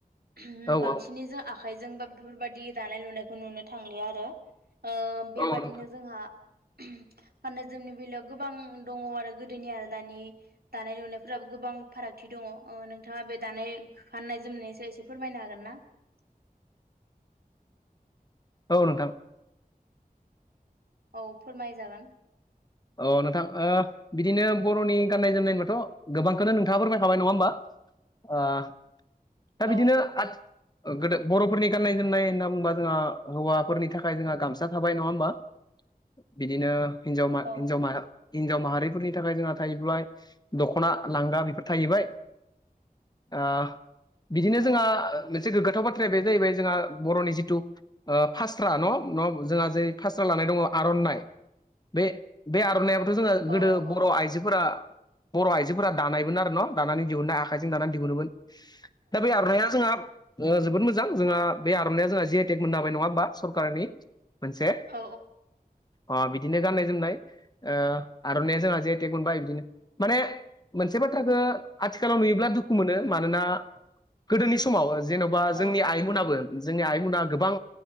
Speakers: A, on the right; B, on the left.
A: <unintelligible>
B: औ
A: बांसिनैजों
B: औ
A: आखाइजों जोंबा बेफोरबादि दानाय लुनायखौ नुनो थांलिया आरो ओ बेबादिनो
B: औ नोंथां
A: जोंहा <unintelligible> गाननाय जोमनि बेलायाव गोबां दङ आरो गोदोनि आरो दानि दानाय लुनायफोराबो गोब बां फारागथि दङ ओ नोंथाङा बे दानाय गाननाय जोमनायनि सायाव इसे फोरमायनो हागोन ना? <inaudible>
B: औ नोंथां।
A: औ फोरमाय जागोन।
B: अ नोंथां ओ बिदिनो बरनि गाननाय जोमनाय होमबाथ गोबांखौनो नोंथाङा फोरमाय खाबाय नङा होमबा? आह दा
A: औ
B: बिदिनो आथ गोदो बरफोरनि गान्नाय जोमनाय होनना बुंबा जोंहा हौवाफोरनि थाखाय जोंहा गामसा थाबाय नङा होमबा बिदिनो हिनजाव मा
A: औ
B: हिनजाव माहा हिनजाव माहारिफोरनि थाखाय जोंहा थाहैब्लाय दखना लांगा बेफोर थाहैबाय आह बिदिनो
A: औ
B: जोंहा से गोगाथाव बाथ्राया बे जाहैबाय जोंहा बरनि जिथु ओ फास्रा न न जोंहा जे फास्रा लानाय दङ आरननाइ बे आरनायाबोथ जोंहा
A: औ
B: गोदो बर
A: औ
B: आइजोफोरा बर आइजोफोरा दानायमोन आरो न दानानै दिहुनन्नाय आखाइजों दानानै दिहुनोमोन दा बे आरनाया जोंहा ओ जोबोद मोजां जोंहा बे आरनाइया जोंहा जि आइ टेक मोननो हाबाय नङा होमबा सरखारनि मोनसे
A: औ
B: अ बिदिनो गाननाय जोमनाय ओ आरनाया जोंहा जिआइ टेक मोनबाय बिदिनो माने मोनसे बाथ्राखो आथिखालाव नुयोब्ला दुखु मोनो मानोना
A: <inaudible>
B: गोदोनि समाव जेनबा
A: औ
B: जोंनि आइमोनाबो जोंनि आइमुना गोबां